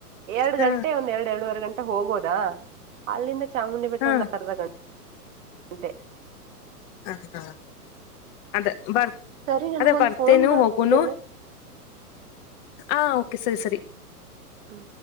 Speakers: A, on the right (about 55°); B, on the left (about 25°).
A: ಎರಡ್
B: ಹ
A: ಗಂಟೆ ಒಂದ್ ಎರಡು ಎರಡುವರೆ ಗಂಟೆ ಹೋಗೋದಾ ಅಲ್ಲಿಂದ ಚಾಮುಂಡಿ ಬೆಟ್ಟ
B: ಹ
A: ಒಂದು ಅರ್ಧ ಗಂಟೆ. ಅಂತೆ
B: ಹ ಹ ಅದ ಬರ್
A: ಸರಿ ನನ್ಗೊಂದ್
B: ಅದ ಬರ್ತೆನು
A: ಫೋನ್ ಬರ್ತಿದ್ದಲ್ಲೇ
B: ಹೋಗುನು. ಹ ಓಕೆ ಸರಿ ಸರಿ.
A: ಹಾಂ